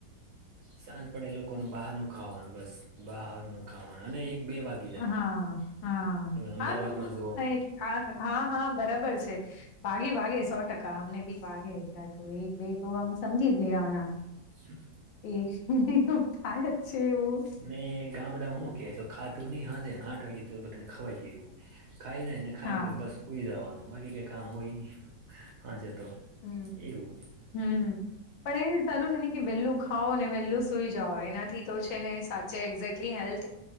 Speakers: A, on the right; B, on the left.
A: સાંજ પડે, એ લોકોને બહારનું ખાવાનું બસ, બહારનું ખાવાનું અને એક બે વાગ્યે.
B: હા, હા, હ,
A: અમદાવાદમાં
B: હા,
A: જોઓ
B: હા, હા, હા, બરાબર છે. વાગે વાગે સો ટકા અમને બી વાગે, એટલે તો એક બે તો આમ સમજી જ લેવાના.
A: હ.
B: એવું થાય જ છે, એવું.
A: ને ગામડામાં, હું કે તો ખાધું નહીં, હા, જે આઠ વાગે તો બધાને ખવાઈ ગયેલું. ખાઈ જાય ને, ખાઈ
B: હા,
A: ને પ બસ કોઈ જવાનું, બાકી કંઈ કામ હોય નહી, હા, જ તો.
B: હમ,
A: એવું
B: હમ. પણ એ સારું છે ને કે, વેહેલું ખાાવ ને, વેહેલું સુઈ જઓ, એનાથી તો છે ને, ચ જે એક્ઝેક્ટલી હેલ્થ